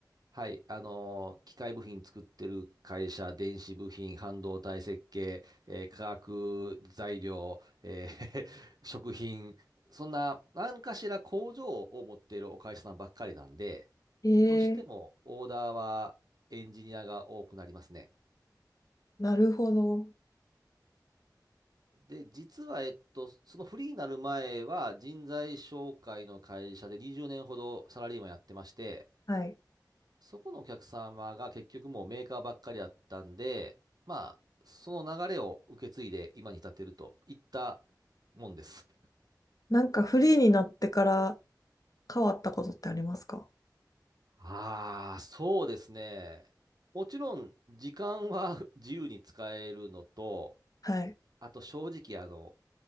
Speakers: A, on the right (about 65°); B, on the left (about 55°).
A: はい。あの、機械部品作ってる会社、電子部品、半導体設計、えー化学材料、えー <laughs> 食品、そんな何かしら工場を持っているお会社さんばっかりなんで、
B: えー、
A: どうしてもオーダーはエンジニアが多くなりますね。
B: なるほど。
A: で、実は、えっと、そのフリーになる前は、人材紹介の会社で20年ほどサラリーマンやってまして、
B: はい。
A: そこのお客様が結局もうメーカーばっかりだったんで、まあ、その流れを受け継いで今に至っているといったもんです。
B: なんかフリーになってから変わったことってありますか
A: ああ、そうですね。もちろん、時間は <laughs> 自由に使えるのと、
B: はい。
A: あと正直、あの、